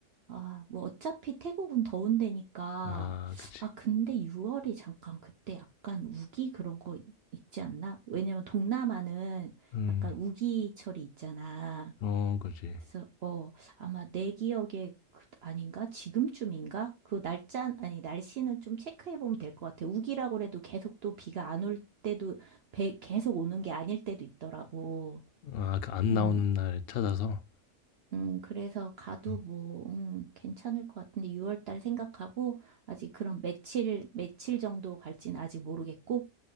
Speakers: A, on the right (about 60°); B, on the left (about 60°).
A: 아, 뭐, 어차피 태국은 더운 데니까.
B: 아, 그치.
A: 아, 근데 6월이 잠깐 그때 약간 우기 그런 거 있- 있지 않나? 왜냐면 동남아는
B: 음.
A: 약간 우기철이 있잖아.
B: 어, 그지.
A: 그래서, 어, 아마 내 기억에 그- 아닌가? 지금쯤인가? 그 날짜, 아니, 날씨는 좀 체크해보면 될 것 같아. 우기라고 해도 계속 또 비가 안 올 때도, 배- 계속 오는 게 아닐 때도 있더라고.
B: 아, 그 안
A: 음.
B: 나오는 날 찾아서.
A: 음, 그래서 가도
B: 어.
A: 뭐, 음, 괜찮을 것 같은데 6월 달 생각하고 아직 그런 며칠, 며칠 정도 갈지는 아직 모르겠고,